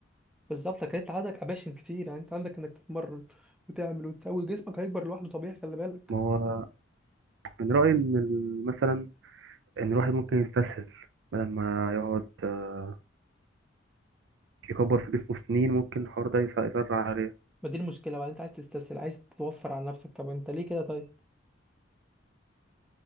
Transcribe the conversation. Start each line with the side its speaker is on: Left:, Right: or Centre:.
Centre: بالظبط لكن انت عندك اماكن كتير يعني انت عندك انك تتمرن وتعمل وتسوي جسمك هيكبر لوحده طبيعي خلي بالك
Right: ما هو من رأيي ان ال- مثلا ان الواحد ممكن يستسهل بدل ما يقعد آه، يكبر في جسمه سنين ممكن الحوار ده يس- يسرع عليه
Centre: ما دي المشكله بقى انت عايز تستسهل عايز توفر على نفسك طب انت ليه كده طيب